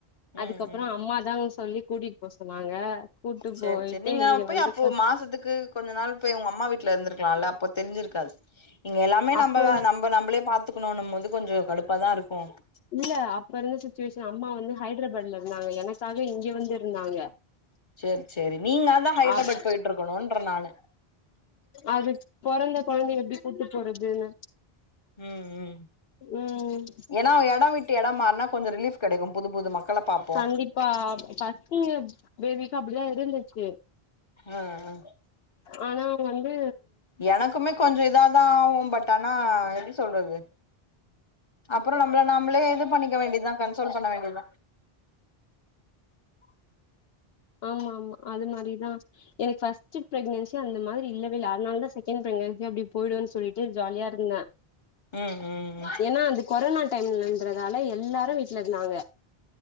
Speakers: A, on the left; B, on the left.
A: அதுக்கப்பற
B: ம் ம்
A: அம்மாதா சொல்லி கூட்டிட் போ சொன்னாங்க கூட்டு
B: சேர்
A: போயிட்டு
B: சேரி நீங்க
A: இங்க
B: போய்
A: வந்து
B: அப்போ
A: ப-
B: மாசத்துக்கு கொஞ்ச நாள் போய் உங்க அம்மா வீட்ல இருந்திருக்கலால அப்ப தெரிஞ்சிருக்காது இங்க எல்லாமே
A: அப்போ
B: நம்பதா நம்ப நம்பளே பாத்துக்கணுனும் போது கொஞ்ச கடுப்பாதாருக்கு
A: இல்ல அப்பருந்த சுச்சுவேஷன் அம்மா வந்து ஹைதராபாட்ல இருந்தாங் எனக்காக இங்க வந்திருந்தாங்க
B: சேரி சேரி நீங்க தா ஹைதராபாத்
A: அப்
B: போயிட்ருக்கணுன்ற நானு
A: அது பொறந்த கொழந்தை எப்டி கூப்ட்டு போறதுன்னு
B: ம் ம்
A: ம்
B: ஏன்னா எடோ விட்டு எடோ மாறுனா கொஞ்சோ ரிலீஃப் கெடைக்கு புது புது மக்கள பாப்போ
A: கண்டிப்பா ஃபஸ்ட்டு பேபி <unintelligible> இருந்துச்சு
B: ஆஅ
A: ஆனா வந்து
B: எனக்குமே கொஞ்ச இதாதா ஆகும் பட் தனா எப்டி சொல்றது அப்பற நம்ள நம்மளே இது பண்ணிக்க வேண்டிதா கன்சோல் பண்ண வேண்டிதா
A: ஆமா ஆமா அது மாரிதா எனக் ஃபஸ்ட்டு பிரெக்னென்சி அந்த மாதிரி இல்லவேல்ல அதுனாலதா செக்கென்ட் பிரெக்னென்சியு அப்டி போய்ருன் சொல்லிட்டு ஜாலியாருந்த
B: ம் ம் ம்
A: ஏனா அந்த கொரோனா டைம்ன்றதால எல்லாரு விட் இருந்தாங்க